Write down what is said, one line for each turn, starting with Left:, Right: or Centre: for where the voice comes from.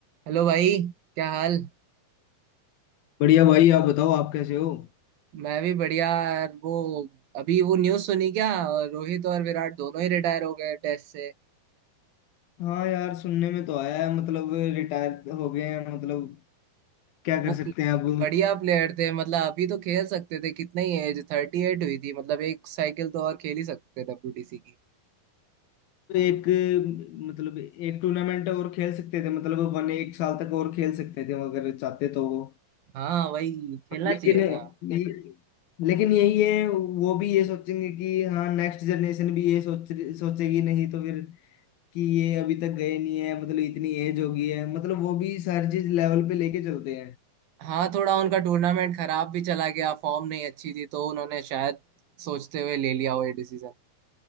Right: Hello भाई क्या हाल
Left: बढ़िया भाई आप बताओ आप कैसे हो
Right: मैं भी बढ़िया यार वो अभी वो न्यूज़ सुनी क्या रोहित और विराट दोनों ही रिटायर हो गए टेस्ट से
Left: हाँ यार सुनने में तो आया है मतलब रिटायर हो गए हैं मतलब क्या कर
Right: वो
Left: सकते
Right: प्ले-
Left: हैं अब
Right: बढ़िया प्लेयर थे मतलब अभी तो खेल सकते थे कितने ही एज थर्टी एट हुई थी मतलब एक साइकिल तो और खेल ही सकते थे डब्ल्यूटीसी की
Left: एक मतलब एक टूर्नामेंट और खेल सकते थे मतलब वन एक साल तक और खेल सकते थे अगर चाहते तो वो
Right: हाँ वही खेलना
Left: लेकिन
Right: चाहिए
Left: ये-
Right: था
Left: लेकिन यही है वो भी ये सोचेंगे कि हाँ नेक्स्ट जनरेशन भी ये सोच सोचेगी नहीं तो फिर कि ये अभी तक गए नहीं है मतलब इतनी एज हो गई है मतलब वो भी सारी चीज लेवल पे लेके चलते
Right: हाँ थोड़ा उनका टूर्नामेंट खराब भी चला गया फॉर्म नहीं अच्छी थी तो उन्होंने शायद सोचते हुए ले लिया वो ये डिसीजन